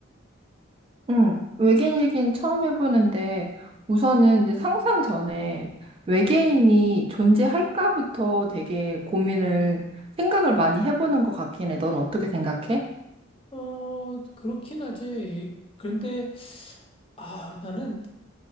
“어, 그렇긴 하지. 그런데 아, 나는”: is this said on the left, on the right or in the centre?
Left